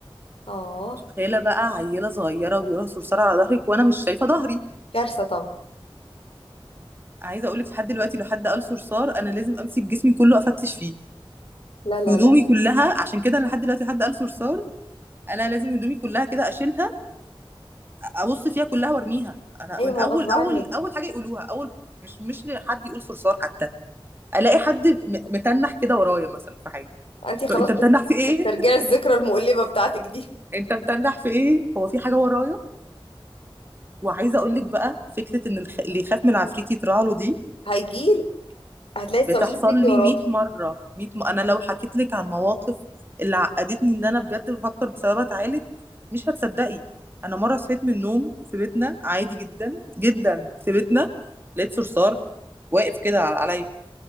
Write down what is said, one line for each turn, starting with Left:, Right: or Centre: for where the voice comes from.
Left: اه
Right: تخيله بقى عيله صغيره وبيقولها صرصار على ظهرك وانا مش شايفه ظهري
Left: كارثة طبعا
Right: عايزه اقول لك لحد دلوقتي لو حد قال صرصار انا لازم امسك جسمي كله افتش فيه
Left: لا لا
Right: هدومي
Left: لا
Right: كلها عشان كده انا لحد دلوقتي لحد قال صرصار انا لازم هدومي كلها كده اشيلها ابص فيها كلها وارميها انا
Left: ايوه
Right: من
Left: ما
Right: اول
Left: هو غصب عنك
Right: اول اول حاجه يقولوها اول مش مش لحد يقول صرصار حتى الاقي حد م- متنح كده ورايا مثلا في حاجه
Left: انت خلاص
Right: انت
Left: بتسترجعي
Right: متنح في ايه
Left: الذكرى المؤلمة بتاعتك دي
Right: <laughs> انت متنح في ايه هو في حاجه ورايا وعايزه اقول لك بقى فكره ان الخ- اللي يخاف من العفريت يطلع له دي
Left: هيجيلك هتلاقي الصراصير
Right: بتحصل
Left: بتجري
Right: لي
Left: وراكي
Right: 100 مرة 100 م... انا لو حكيت لك عن مواقف اللي عقدتني اللي انا بجد بفكر بسببها اتعالج مش هتصدقي انا مرة صحيت من النوم في بيتنا عادي جدا جدا في بيتنا لقيت صرصار واقف كده على- عليا